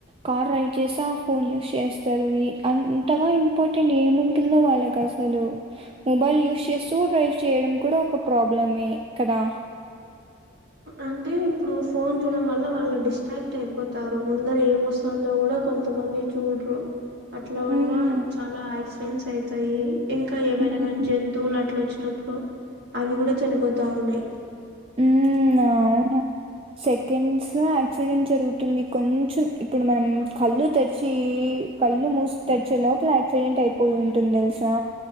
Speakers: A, on the right (about 30°); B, on the right (about 55°).
A: కార్ డ్రైవ్ చేస్తా ఫోన్ యూస్ చేస్తారు అంతగా ఇంపార్టెంట్ ఏము తుందో వాళ్ళకి అసలు మొబైల్ యూస్ చేస్తూ డ్రైవ్ చేయడం కూడా ఒక ప్రాబ్లమే కదా
B: అంటే ఇప్పుడు ఫోన్ చూడడం వల్ల వాళ్ళు డిస్ట్రాక్ట్ అయిపోతారు ముందర ఏమొస్తుందో కూడా కొంతమంది చూడరు అట్ల వల్ల
A: హ్మ్.
B: చాలా యాక్సిడెంట్స్ అయితాయి ఇంకా ఏవైనా
A: హ్మ్.
B: కానీ జంతువులు అట్ల వచ్చి అప్పుడు అవి కూడా చనిపోతా ఉన్నాయి
A: హామ్ అవును సెకండ్స్ లో యాక్సిడెంట్ జరుగుతుంది కొంచెం ఇప్పుడు మనం కళ్ళు తెరిచి కళ్ళు మూసి తెరిచే లోపల డెంట్ అయిపోయి ఉంటుంది తెలుసా